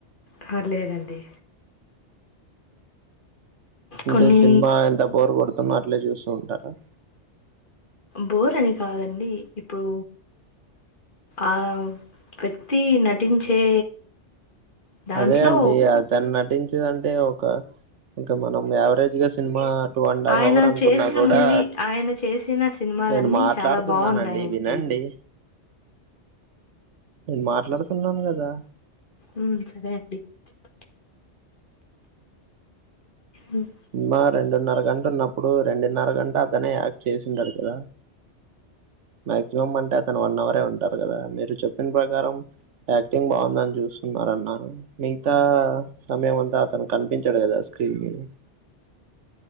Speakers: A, on the left; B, on the right.
A: హ లేదండి
B: అంటే
A: కొన్ని
B: సినిమా ఎంత బోర్ కొడుతున్న అట్లే చూస్తూ ఉంటా స
A: బోర్ అని కాదండి ఇప్పుడు ఆ వ్యక్తి నటించే దాంట్లో
B: అదే అండి అతని నటించి వచ్చిదంటే ఒక ఇంకా మనం యావరేజ్ గా సినిమా టు అండ్ ఆఫ్
A: ఆయన
B: అవర్ అనుకున్నా
A: చేసిన
B: కూడా
A: మూవీ ఆయన చేసిన సినిమాలన్నీ
B: నేను మాట్లాడుతున్నానండి
A: చాలా బాగున్నాయండి
B: వినండి నేను మాట్లాడుతున్నాను కదా
A: ఉ సరే అండి చెప్పండి ఉమ్.
B: సినిమా రెడున్నరగంట న్నప్పుడు రెండున్నర గంట అతనే యాక్ట్ చేసిండడు కదా మాక్సిమం అంటే అతను వన్ అవరే ఉంటారు కదా మీరు చెప్పిన ప్రకారం యాక్టింగ్ బాగుందని చూస్తున్నారు అన్నారు మిగతా సమయం అంతా అతను కనిపించాడు కదా స్క్రీన్ మీద